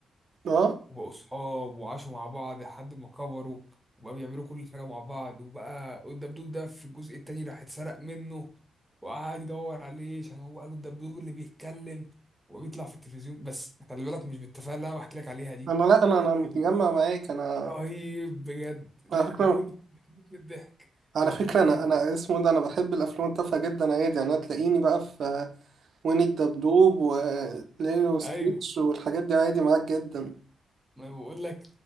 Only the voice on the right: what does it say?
اه
انا لا انا انا متجمع
معاك انا
على فكرة
على
فكرة أنا
أنا اسمه ده أنا بحب الأفلام التافهة جدا عادي يعني هتلاقيني بقى في وين الدبدوب وليلو وستيتش
والحاجات دي عادي معاك جدا